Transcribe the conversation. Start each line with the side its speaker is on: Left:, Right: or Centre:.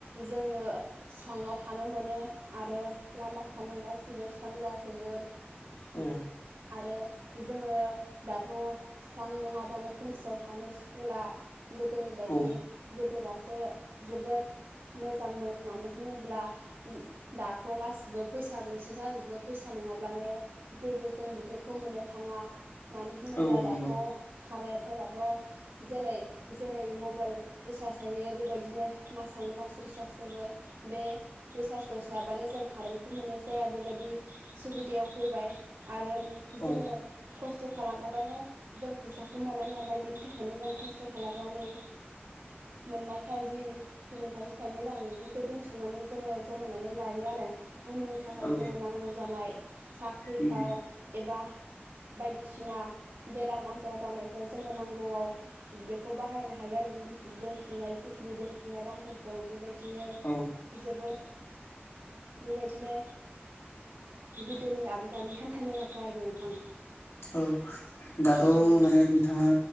Right: जोङो स्राङाव थानो मोनो। आरो लामा सामा गासिबो स्रां जाजोबो।
Left: औ
Right: आरो जोङो दाथ' स्रां नङाबानो खोमसियाव थानो सुखुला गोदोनि बायदि
Left: औ
Right: गोदोनासो जोबोद मोजांमोन मानो होनोब्ला दाथ' थ' गासिबो फैसाजोंसो जाजोबो फैसा नङाब्लानो जेबो जों बेफोरखौ मोननो थाङा मानो होनोब्ला
Left: औ
Right: दाथ'
Left: नंगौ
Right: खारायाथ' दाथ' जेलै जेरै मबेइल रिसार्ज सोयो बेबायदिनो मासावनो मास रिसार्ज जोबो बे रिसार्जखौ सोआबानो जों जों कारेन्टखौ मोननाय जाया बेबायदि सुबिदायाव फैबाय आरो
Left: औ
Right: जोङो खस्थ' खालामाबानो जों फैसाखौ मोना नालाय बिनि थाखायनो जों खस्थ' खालामनानै मोननायखाय जि बिदिनो थाइसे थाइनै रां बेफोरखौ दोनथुमनानै जोङो जमायनानै लायो आरो। उननि थाखाय
Left: औ
Right: जोङो नांगौ जानाय साख्रिफ्राव
Left: उम
Right: एबा बायदिसिना बेराम आजार जानायफ्राव जोङो नांगौआव बेखौ बाहायनो हायो आरो बे बुथु-दोनथुमनाय जिखिनि दोनथुमनाय रांफोरखौ बेबायदिनो
Left: औ।
Right: जोबोद बेबायदिनो गोदोनि आरो दानि हान्था मेलाफ्रा आरो नोंथां।
Left: औ दाथ'
Right: औ
Left: माने बिथाङा